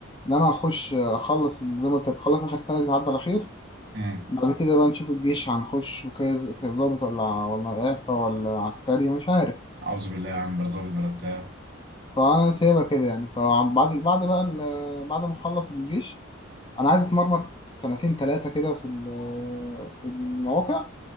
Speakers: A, on the left; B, on the right.
A: اللي انا هخش اخلص زي ما قلت لك اخلص اخر سنه دي تعدي على خير
B: امم
A: بعد كده بقى نشوف الجيش هنخش وكذا كظابط ولا ولا اعفاء ولا عسكري مش عارف
B: اعوذ بالله يا عم بلا ظابط بلا بتاع
A: فانا سايبها كده يعني فبعد بعد بقى ال- بعد ما اخلص الجيش انا عايز اتمرمط سنتين ثلاثه كده في ال- في المواقع